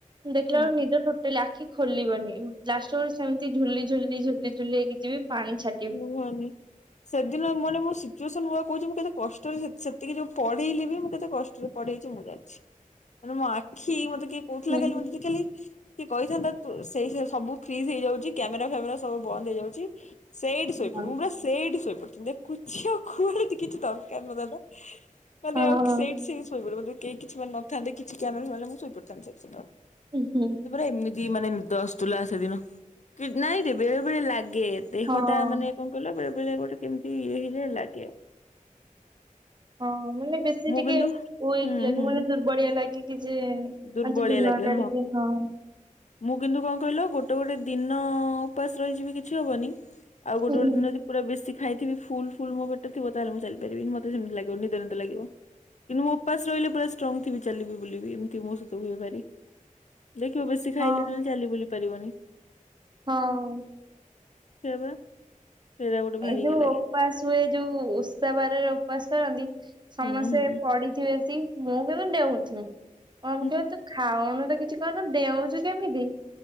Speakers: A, on the right; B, on the left.
A: ଦେଖିଲା
B: ହୁଁ
A: ବେଳକୁ ନିଦ ଟୋଟାଲି ଆକ୍ ଖି ଖୋଲିବନି ଲାଷ୍ଟରେ ବେଳକୁ ସେମିତି ଝୁଲି ଝୁଲି ଝୁଲିଝୁଲି ହେଇକି ଯିବି ପାଣି ଛା
B: କୁହନି। ସେଦିନ ମାନେ ମୋ ସିଚୁଏସନ ମୁଁ ବା କହୁଛି ମୁଁ କେତେ କଷ୍ଟରେ ସେତିକି ଯୋଉ ପଢେଇଲି ବି ମୁଁ କେତେ କଷ୍ଟରେ ପଢେଇଚି ମୁଁ ଯାଣିଚି ମାନେ ମୋ ଆଖି ମତେ କିଏ କହୁଥିଲା
A: ହୁଁ
B: ଖାଲି ମତେ ଟିକେ ଖାଲି କି କହିଥାନ୍ତା ସେଇ ସବୁ ଫ୍ରିଜ୍ ହେଇଯାଉଛି କ୍ୟାମେରା ଫ୍ୟାମେରା ସବୁ ବନ୍ଦ ହେଇଯାଉଚି ସେଇଠି ଶୋଇପଡୁ
A: ହଁ।
B: ମୁଁ ପୁରା ସେଇଠି ଶୋଇପଡିଥାନ୍ତି କୁ କିଛି ବି ଆଉ କୁଆଡ଼େ କିଛି ଦରକାର ନଥାନ୍ତା। ମାନେ
A: ହଁ
B: ଆ ସେଇଠି ସେମତି ଶୋଇ ପଡିଥାନ୍ତି କେହି କିଛି ମାନେ ନଥାନ୍ତେ କିଛି କ୍ୟାମେରା ଫ୍ୟାମେରା ଶୋଇ ପଡିଥାନ୍ତି ସେଇଠି ସେମିତି ଆଉ।
A: ହୁଁ
B: ମତେ ପୁରା ଏମିତି ତୀ ମାନେ ନିଦ ଆସୁଥିଲା ସେଦିନ ନାଇଁରେ ବେଳେ ବେଳେ ଲାଗେ ଦେହଟା
A: ହଁ
B: ମାନେ କଣ କହିଲ ବେଳେ ବେଳେ ଗୋଟେ କେମିତି ଇଏ ହେଇଯାଏ ଲାଗେ
A: ହଁ ମାନେ ବେଶୀ
B: ମୁଁ
A: ଟିକେ
B: କିନ୍ତୁ
A: ଉଇକ୍
B: ହୁଁ
A: ଲାଗେ
B: ହୁଁ
A: ମାନେ ଦୁର୍ବଳିଆ ଲାଗେ କିି ଯେ
B: ଦୁର୍ବଳିଆ
A: ଆଜି ଦିନଟା
B: ଲାଗେ
A: ଟିକେ ହଁ
B: ମୁଁ କିନ୍ତୁ କଣ କହିଲ ଗୋଟେ ଗୋଟେ ଦିନ ଉପାସ ରହିଯିବି କିଛି ହବନି ଆଉ
A: ହୁଁ
B: ଗୋଟେ ଗୋଟେ ଦିନ ଯଦି ପୁରା ବେସି ଖାଇଥିବି ଫୁଲ୍ ଫୁଲ୍ ମୋ ପେଟ ଥିବ ତାହେଲେ ମୁଁ ଚାଲି ପାରିବିନି ମତେ ସେମିତି ଲାଗିବ ନିଦ ନିଦ ଲାଗିବ। କିନ୍ତୁ ମୁଁ ଉପାସ ରହିଲେ ପୁରା ଷ୍ଟ୍ରଙ୍ଗ ଥିବି ଚାଲିବି ବୁଲିବି ଏମିତି ମୋ ସହିତ ହୁଏ ଭାରୀ ଦେଖିବ ବେଶୀ
A: ହଁ
B: ଖାଇଲେ ତାଲେ ଚାଲି ବୁଲି ପାରିବନି।
A: ହଁ।
B: ସେୟା ପା। ସେଇଟା ଗୋଟେ
A: ଏଇ
B: ଭାରି
A: ଯୋଉ
B: ଇଏ ଲାଗେ
A: ଉପାସ ହୁଏ ଯୋଉ ଓଷା ବାରରେ ଉପବାସ କରନ୍ତି ସମସ୍ତେ
B: ହୁଁ ହୁଁ
A: ପଡିଥିବେ ତି ମୁଁ କିନ୍ତୁ ଡେଉଁଥିବି ମମି
B: ହୁଁ
A: କହୁଥିବ
B: ହୁଁ
A: କି ତୁ ଖାଉନୁ ତ କିଛି କରୁନୁ ଡେଉଁଛୁ କେମିତି?